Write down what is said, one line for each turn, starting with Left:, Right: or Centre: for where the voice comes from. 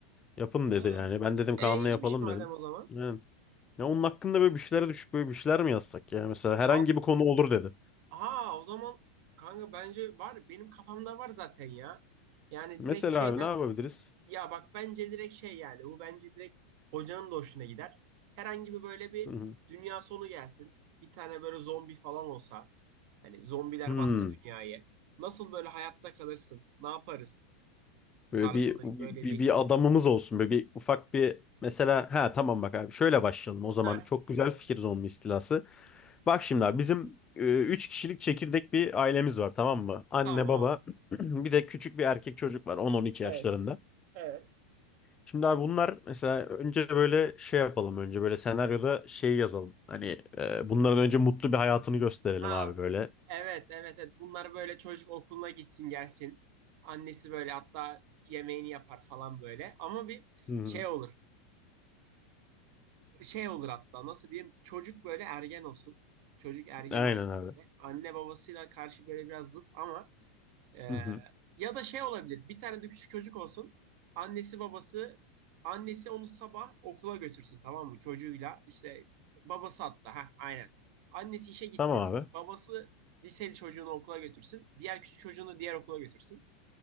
Left: Yapın dedi
Right: Ha.
Left: yani. Ben dedim
Right: E
Left: Kaan'la
Right: iyiymiş
Left: yapalım
Right: madem
Left: dedim.
Right: o zaman.
Left: Yani. Ya onun hakkında böyle bir şeylere düşüp böyle bir şeyler mi yazsak ya? Mesela herhangi
Right: Val
Left: bir konu olur dedi.
Right: ha o zaman kanka bence var. Benim kafamda var zaten ya. Yani
Left: Mesela
Right: direkt şeyden
Left: abi ne yapabiliriz?
Right: Ya bak bence direkt şey yani bu bence direkt hocanın da hoşuna gider. Herhangi bir böyle bir
Left: <laughs>
Right: dünya sonu gelsin. Bir tane böyle zombi falan olsa. Hani zombiler
Left: Hmm.
Right: bassa dünyayı. Nasıl böyle hayatta kalırsın? Ne yaparız?
Left: Böyle
Right: Tarzında
Left: bir, bir,
Right: bir böyle bir.
Left: bir adamımız olsun. Böyle bir ufak bir mesela ha tamam bak abi şöyle başlayalım o zaman.
Right: Eh,
Left: Çok güzel fikir zombi istilası. Bak şimdi abi bizim e, 3 kişilik çekirdek bir ailemiz var tamam mı? Anne
Right: tamam
Left: baba
Right: ama.
Left: <clears throat> bir de küçük bir erkek çocuk var 10-12
Right: Evet,
Left: yaşlarında.
Right: evet.
Left: Şimdi abi bunlar mesela önce böyle şey yapalım önce böyle senaryoda şey yazalım. Hani e, bunların önce mutlu bir hayatını gösterelim
Right: Ha
Left: abi böyle.
Right: evet evet evet bunlar böyle çocuk okuluna gitsin gelsin. Annesi böyle hatta yemeğini yapar falan böyle. Ama bir
Left: Hı hı.
Right: şey olur. şey olur hatta nasıl diyeyim çocuk böyle ergen olsun. Çocuk ergen
Left: Aynen
Right: olsun
Left: abi.
Right: böyle. Anne babasıyla karşı böyle biraz zıt ama e,
Left: Hı hı.
Right: ya da şey olabilir. Bir tane de küçük çocuk olsun. Annesi babası annesi onu sabah okula götürsün tamam mı? Çocuğuyla işte babası hatta ha aynen. Annesi işe gitsin.
Left: Tamam abi.
Right: Babası liseli çocuğunu okula götürsün. Diğer küçük çocuğunu diğer okula götürsün.